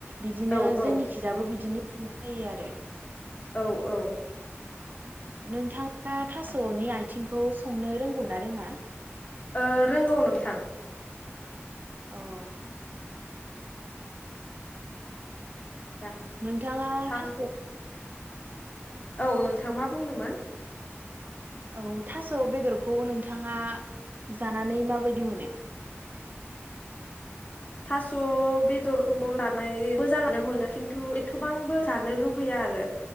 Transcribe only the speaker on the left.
औ औ
औ औ
ओ रोंगौ नोंथां
<inaudible>
था
औ नोंथां मा बुंदोंमोन
थास' बेदरखौ' जानाय मोजाङानो मोनो खिन्थु एथ'बांबो जानो लुगैया आरो